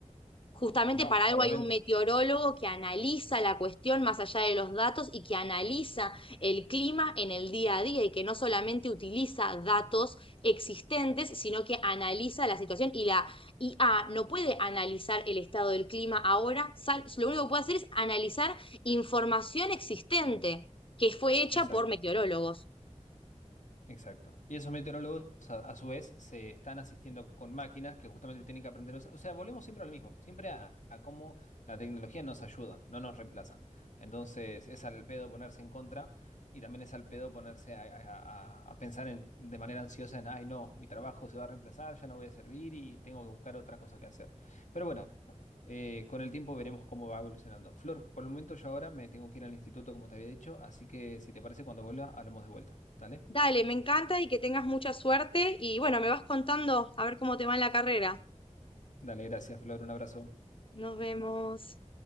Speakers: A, on the left; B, on the left.
A: Justamente
B: no,
A: para algo
B: obviamente.
A: hay un meteorólogo que analiza la cuestión más allá de los datos y que analiza el clima en el día a día y que no solamente utiliza datos existentes, sino que analiza la situación y la IA no puede analizar el estado del clima ahora, sal- lo único que puede hacer es analizar información existente que fue hecha
B: Exacto.
A: por meteorólogos.
B: Exacto. Y esos meteorólogos, a, a su vez, se están asistiendo con máquinas que justamente tienen que aprender. a usar- O sea, volvemos siempre a lo mismo, siempre a, a cómo la tecnología nos ayuda, no nos reemplaza. Entonces, es al pedo ponerse en contra y también es al pedo ponerse a, a- a- a pensar en- de manera ansiosa en, ay, no, mi trabajo se va a reemplazar, ya no voy a servir y tengo que buscar otra cosa que hacer. Pero bueno, eh, con el tiempo veremos cómo va evolucionando. Flor, por el momento yo ahora me tengo que ir al instituto, como te había dicho, así que si te parece, cuando vuelva, hablamos de vuelta. ¿Dale?
A: Dale, me encanta y que tengas mucha suerte y bueno, me vas contando a ver cómo te va en la carrera.
B: Dale, gracias, Flor. Un abrazo.
A: Nos vemos.